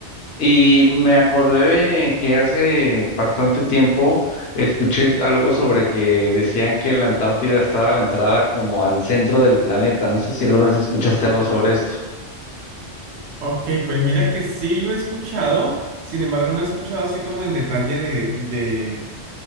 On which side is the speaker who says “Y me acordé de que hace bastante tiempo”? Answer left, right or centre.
Left